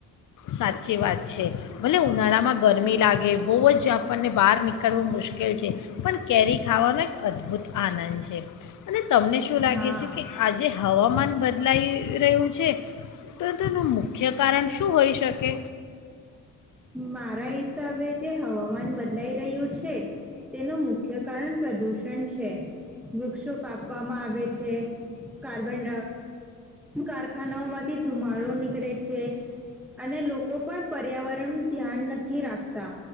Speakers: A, on the left; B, in the centre.
A: સાચી વાત છે ભલે ઉનાળામાં ગરમી લાગે બહુ જ આપણને બહાર નીકળવું મુશ્કેલ છે પણ કેરી ખાવાનો એક અદ્ભુત આનંદ છે. અને તમને શું લાગે
B: હા
A: છે કે આજે હવામાન બ બદલાઈ રહ્યું છે તો તેનું મુખ્ય કારણ શું હોય શકે?
B: મારા હિસાબે જે હવામાન બદલાઈ રહ્યું છે તેનું મુખ્ય કારણ પ્રદૂષણ છે વૃક્ષો કાપવામાં આવે છે કાર્બન કારખાનાઓ માંથી ધુમાડો નીકળે છે અને લોકો પણ પર્યાવરણ ધ્યાન નથી રાખતા